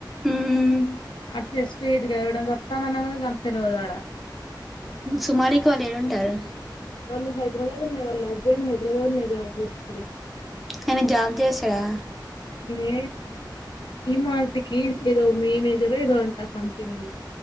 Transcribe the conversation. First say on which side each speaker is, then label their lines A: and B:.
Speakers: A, in the centre; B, on the left.
A: ఉమ్
B: అది స్ట్రెయిట్ గా వత్తానన్నా గాని తెల్వదు అడ
A: సుమారకి వాళ్ళు నెల ఉంటారు.
B: వాళ్ళు హైదరాబాద్ లోనే వాళ్ళ హస్బెండ్ హైద్రాబాద్ లోనే జాబ్ చేస్తాడు.
A: ఆయన జాబ్ చేస్తాడా?
B: ఇది డీమార్టికి ఏదో మేనేజరో ఏదో అంట సంథింగ్.